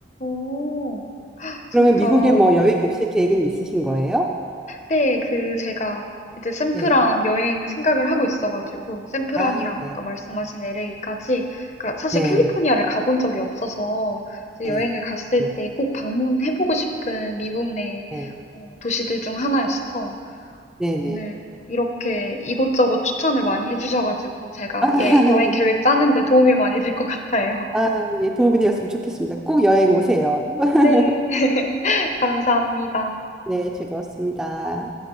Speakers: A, on the left; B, in the centre.
A: 오, 진짜.
B: 그러면 미국에 뭐 여행
A: 네.
B: 오실 계획은 있으신 거예요?
A: 근데 그 제가 이제 샌프란
B: 네.
A: 여행 생각을 하고 있어가지고 샌프란이랑
B: 아, 네.
A: 아까 말씀하신 LA까지 그러니까 사실
B: 네.
A: 캘리포니아를 가본 적이 없어서 이제
B: 네.
A: 여행을 갔을
B: 네.
A: 때 꼭 방문해보고 싶은 미국 내
B: 네.
A: 어, 도시들 중 하나였어서
B: 네. 네.
A: 오늘 이렇게 이곳저곳 추천을 많이 해주셔가지고 제가
B: 아, <laughs>
A: 예, 여행 계획 짜는데 도움이 많이 될 것 같아요.
B: 아, 예, 도움이 되었으면 좋겠습니다. 꼭 여행 오세요.
A: <laughs>
B: <laughs>
A: 네, <laughs> 감사합니다.
B: 네, 즐거웠습니다.